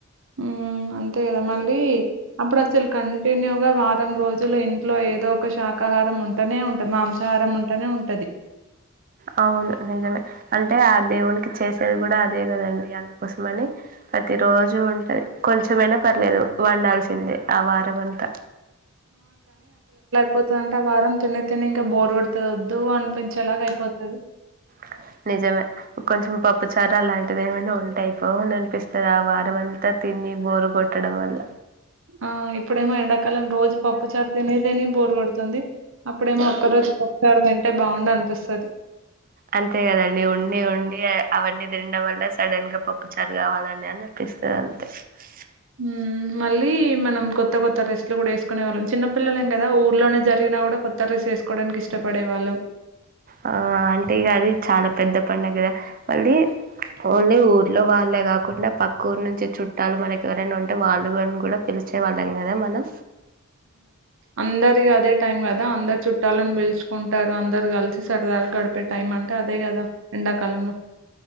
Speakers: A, on the right; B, on the right.
A: ఉమ్ అంతే గదా మళ్ళీ అప్పుడస్సలు కంటిన్యూగా వార్ త్తం రోజుల్లో ఇంట్లో ఏదో ఒక శాకాహారం ఉంటనే ఉంటది మాంసాహారం ఉంటనే ఉంటది.
B: అ అవును నిజమే అంటే ఆ దేవునికి చేసేది గూడ అదే కదండి అందుకోసమని ప్రత్ రోజు ఉంటది కొంచెమైనా పర్లేదు వండాల్సిందే ఆ వారమంతా
A: పోతాంటే ఆ వారం తిని తినీ ఇంకా బోర్ కోడుతది ఒద్దు అనిపించేలాగ అయిపోతది.
B: ఆ నిజమే కొంచెం పప్పుచారు అలాంటివి ఏమైనా ఉంటాయిపోవ్ అననిపిస్తది ఆ వారమంతా తిన్ ని బోరు కొట్టడం వల్ల
A: ఆ ఇప్పుడేమో ఎండాకాలం రోజు పప్పు చారు తినీ తిని బోరు కొడుతుంది. అప్పుడేమో ఒక్క రోజు పప్చారు తింటే బావుండనిపిస్తది.
B: అంతే కదండి ఉండి ఉండి అవన్నీ తినడం వల్ల సడన్ గా పప్పు చారు గావాలని అని ప్పి వస్తుేద అంతే <unintelligible>
A: మ్ మళ్ళీ! మనం కొత్త కొత్త డ్రెస్లు కూడా వేసుకునే వాళ్ళం. చిన్న పిల్లలం కదా ఊర్లోనే జరిగినా కూడా కొత్త డ్రెస్ వేసుకోడానికి. ఇష్టపడే వాళ్ళం.
B: ఆ! అంటే గది చాలా పెద్ద పండుగ గదా మళ్ళీ. ఓన్లీ ఊర్లో వాళ్ళే కాకుండా పక్క ఊరు నుంచి చుట్టాలు మనకి ఎవరైనా ఉంటే వాళ్ళుని కూడా పిల్ వచ్చే వాళ్ళం కదా మనం.
A: అందరికి అదే టైం కదా అందరూ చుట్టాలని పెలుచుకుంటారు అందరూ కలిసి. సరదాగా గడిపే టైం అంటే అదే కదా. ఎండాకాలంలో